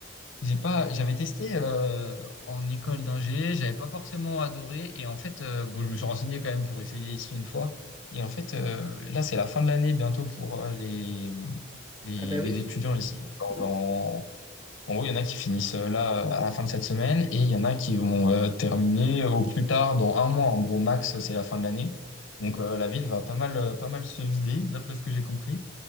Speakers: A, on the left (about 65°); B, on the right (about 20°).
A: J'ai pas, j'avais testé euh, en école d'ingé, j'avais pas forcément adoré. Et en fait, euh, bon, je me suis renseigné quand même pour essayer ici une fois. Et en fait, euh, là, c'est la fin de l'année bientôt pour euh, les, les,
B: Ah bah
A: les
B: oui.
A: étudiants ici. Dans-
B: Mm,
A: dans- En gros, il y en a qui finissent euh, là euh, à la fin de cette semaine et il y en a qui vont euh, terminer euh, au plus tard dans un mois. En gros, max, c'est la fin de l'année. Donc,
B: mm.
A: euh, la ville va pas mal, euh, pas mal se vider, d'après ce que j'ai compris.